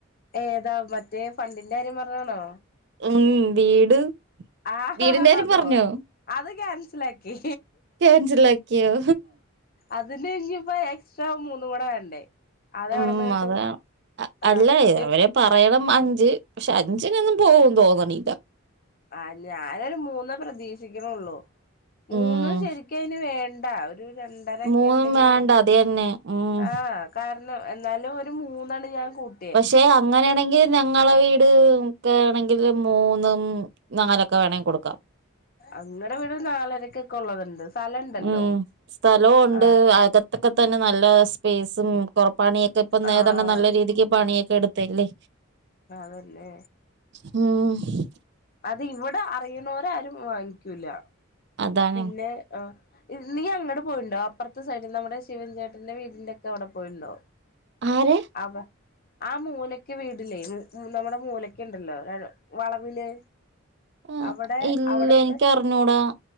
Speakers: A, on the left; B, on the right.
A: ഏതാ? മറ്റേ, ഫണ്ടിന്റെ കാര്യം പറഞ്ഞാണോ?
B: ഉം. വീട്,
A: ആഹ,
B: വീടിന്റെ
A: ഹ, ഹാ
B: കാര്യം
A: അതോ?
B: പറഞ്ഞോ?
A: അത് ക്യാൻസലാക്കി.
B: ക്യാൻസലാക്കിയോ?
A: അതിന്, ഇഞ്ഞിപ്പം എക്സ്ട്രാ മൂന്നും കൂടെവേണ്ടേ? അത്എവിടെന്ന്
B: ഉം
A: കിട്ടും
B: അതാ അ-
A: ആഹ്
B: അല്ല
A: എ
B: അവര് പറയണം അഞ്ച്. പക്ഷെ, അഞ്ചിനൊന്നും പോകും തോന്നണില്ല.
A: ആഹ്, ഞാനൊരു മൂന്ന് പ്രതീക്ഷിക്കണൊള്ളൂ. മൂന്ന്
B: ഉം
A: ശരിക്കയിന് വേണ്ട ഒരു രണ്ടരൊക്കെ
B: മൂന്നും
A: ണ്ടെങ്കി,
B: വേണ്ട അത് തന്നെ ഉം
A: ആഹ്. കാരണം. എന്നാലും, ഒരു മൂന്നാണ് ഞാൻ കണ്
B: പക്ഷെ, അങ്ങനെണെങ്കിൽ ഞങ്ങളെ വീട് ഒക്കെ വേണെങ്കില്, മൂന്നും, നാലൊക്കെ വേണെങ്കി കൊടുക്കാം.
A: അങ്ങനെ വീട് നാലരക്കൊക്കെ ഉള്ളതുണ്ട് സ്ഥലണ്ടല്ലോ
B: ഉം. സ്ഥലോംവൊണ്ട്,
A: ആഹ്
B: അക ഇപ്പതന്നെ നല്ല സ്പേസും കുർ പണിയൊക്കെ ഇപ്പം <unintelligible>
A: ആഹ്
B: നല്ല രീതിക്ക് പണിയൊക്കെ എട്ത്ത് തെല്ലേ
A: അതല്ലേ?
B: ഉം
A: അത്, ഇവിടെ അറിയ്ണോര് ആരും വാങ്ങിക്കൂല.
B: അതാണ്
A: പിന്നെ, ആഹ്, നീ അങ്ങട് പോയിണ്ടോ? അപ്പൊർത്തെ സൈഡിൽ നമ്മുടെ, ശിവൻചേട്ടന്റെ വീടിന്റെ ഒക്കെ അവിടെ പോയിണ്ടോ?
B: ആരെ
A: അവ ആ മൂലെക്കെ വീടില്ലേ ന നമ്മുടെ മൂലെക്കെണ്ടല്ലോ ആ വളവില്.
B: ആഹ്
A: അവടെ
B: ഇല്ല
A: അവടത്തെ
B: എനിക്ക് അറിഞ്ഞൂടാ